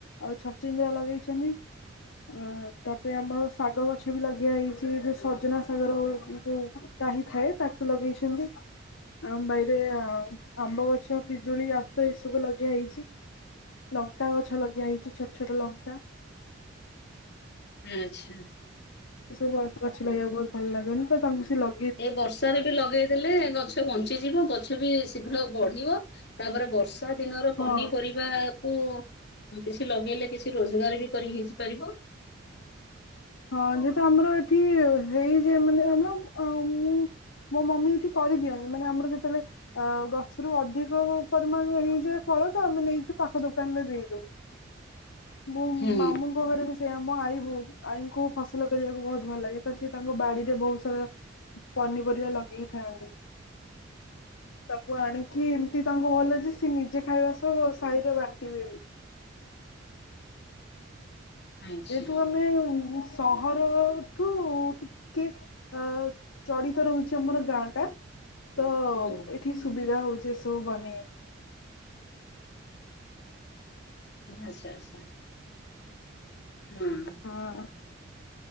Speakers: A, on the left; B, on the left.
A: ଆଉ ଛଚିନ୍ଦ୍ରା ଲଗେଇଛନ୍ତି। ଅ ତାପରେ ଆମର ଶାଗ ଗଛ ବି ଲାଗେଇଆ ହେଇଛି ଯୋଉ ସଜନା ସାଗର ଯୋଉ ଡାହି ଥାଏ ତାକୁ ଲଗେଇଛନ୍ତି। ଆମ ବାଇରେ ଆଉ ଆମ୍ବ ଗଛ, ପିଜୁଳି, ଆତ ଏଇ ସବୁ ଲଗା ହେଇଛି। ଲଙ୍କା ଗଛ ଲଗେଇଆ ହେଇଛି ଛୋଟ ଛୋଟ ଲଙ୍କା।
B: ଆଚ୍ଛା।
A: ସେ ସବୁ ଗଛ ଲଗେଇବାକୁ ବହୁତ ଭଲ ଲାଗେନି ତ ତାଙ୍କୁ ସେ ଲ
B: ଏ ବର୍ଷାରେ ବି ଲଗେଇଦେଲେ ଗଛ ବଞ୍ଚିଯିବ ଗଛ ବି ଶୀଘ୍ର ବଢିବ ତାପରେ ବର ର୍ଷା ଦିନର
A: ହଁ
B: ପନିପରିବା ବା କୁ କିଛି ଲଗେଇଲେ କିଛି ରୋଜଗାର ବି କରି ହେଇ ଜି ପାରିବ।
A: ହଁ ଯେହେତୁ ଆମର ଏଠି ହେଇଯାଏ ମାନେ ଆମର ଆଉ ମୁଁ ମୋ ମମ୍ମୀ ଏଠି କରିଦିଅନି ମାନେ ଆମର ଯେତେବେଳେ ଆ ଗଛରୁ ଅଧିକ ପରିମାଣ ହେଇଯାଏ ଫଳ ତ ଆମେ ନେଇକି ପାଖ ଦୋକାନରେ ଦେଇଦଉ। ମୁଁ
B: ହୁଁ।
A: ମାମୁଁ ଙ୍କ ଘରେ ବି ସେଇଆ ମୋ ଆଈ ବୋଉ। ଆଈଙ୍କୁ ଫସଲ କରିବାକୁ ବହୁତ ଭଲ ଲାଗେ ତ ସିଏ ତାଙ୍କ ବାଡିରେ ବହୁତ ସାରା ପନିପରିବା ଲଗେଇଥାନ୍ତି। ତାକୁ ଆଣିକି ଏମିତି ତାଙ୍କୁ ଭଲ ଯେ ସିଏ ନିଜେ ଖାଇବା ସହ ସାହିରେ ବାଣ୍ଟି ବି ଦିଅନ୍ତି।
B: ଆଚ୍ଛା
A: ଯେହେତୁ ଆମେ ସହର ଠୁ ଟିକେ ଆ ଚଡିତ ରହୁଛି ଆମର ଗାଁ ଟା। ତ
B: ହୁଁ
A: ଏଇଠି ସୁବିଧା ହଉଛି ଏସବୁ ବନେଇବା କୁ
B: ଆଚ୍ଛା ଆଚ୍ଛା ହୁଁ।
A: ହଁ।